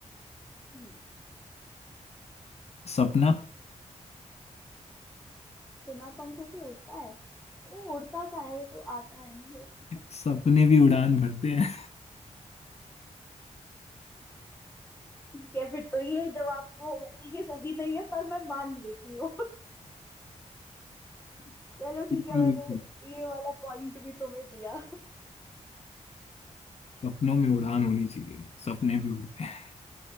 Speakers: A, on the left (about 15°); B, on the left (about 55°).
A: हम्म
B: सपना
A: बिना पंखों के उड़ता है वो उड़ता कहाँ है वो तो आता है ना बस
B: सपने भी उड़ान भरते हैं
A: ठीक है फिर तो ये जवाब को वैसे ये सही नहीं है पर मैं मान लेती हूँ <laughs> चलो ठीक
B: <laughs> बिल्कुल
A: है मैंने
B: बिल्कुल
A: ये वाला पॉइंट भी तुम्हें दिया
B: सपनों में उड़ान होनी चाहिए सपने भी उड़ते हैं